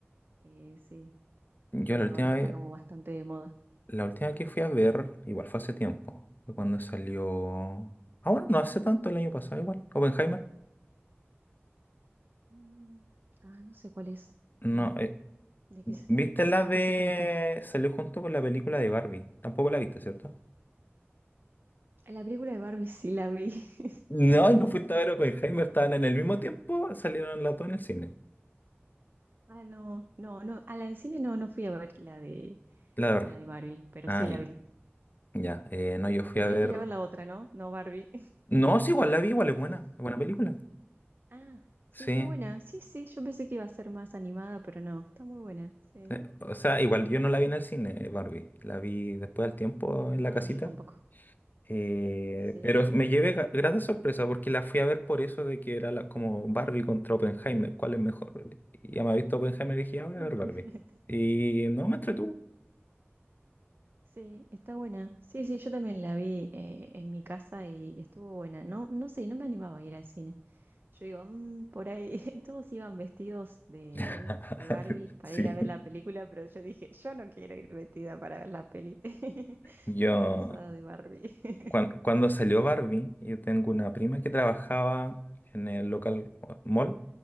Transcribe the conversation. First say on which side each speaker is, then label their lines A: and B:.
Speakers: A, on the right; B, on the left.
A: Eh, sí,
B: Yo
A: creo
B: la
A: que
B: última
A: ahora está
B: vez,
A: como bastante de moda.
B: la última que fui a ver, igual fue hace tiempo. Fue cuando salió... Ah, bueno, no hace tanto el año pasado, igual. Oppenheimer.
A: Mm, Ah, no sé cuál es.
B: No,
A: No, ¿de qué se,
B: ¿Viste la
A: de
B: de...
A: qué se trata?
B: Salió junto con la película de Barbie. Tampoco la viste, ¿cierto?
A: La película de Barbie sí la vi. <laughs>
B: No,
A: Sí, sí.
B: y no fuiste a ver Oppenheimer. Estaban en el mismo tiempo. Salieron las dos en el cine.
A: Ah, no, no, no. A la de cine no, no fui a ver la de
B: La de Barbie.
A: la de Barbie, pero
B: Ah,
A: sí la
B: ya.
A: vi.
B: Ya. eh, no, yo fui
A: Tenía
B: a ver...
A: que ir a ver la otra, ¿no? No Barbie.
B: No, sí, igual la vi. Igual
A: <laughs>
B: es buena. Es buena película.
A: Ah, sí,
B: Sí.
A: está buena. Sí, sí, yo pensé que iba a ser más animada, pero no, está muy buena. Sí.
B: eh, O sea, igual yo no la vi en el cine, eh, Barbie. La vi después al tiempo en
A: No,
B: la casita.
A: no, yo tampoco.
B: Eh,
A: Sí.
B: pero me llevé gra- grata sorpresa porque la fui a ver por eso de que era la- como Barbie contra Oppenheimer, ¿cuál es mejor? Y ya me había visto Oppenheimer y dije, "Ah, voy
A: <laughs>
B: a ver Barbie. Y no me entretuvo.
A: Sí, está buena. Sí, sí, yo también la vi eh, en mi casa y estuvo buena. No, no sé, no me animaba a ir al cine. Yo digo, "Mm, por ahí <laughs> todos iban vestidos de,
B: <laughs>
A: de Barbie para
B: Sí.
A: ir a ver la película, pero yo dije, yo no quiero ir vestida para ver la peli <laughs>
B: Yo,
A: disfrazada de Barbie. <laughs>
B: cuan- cuando salió Barbie, yo tengo una prima que trabajaba en el local mall.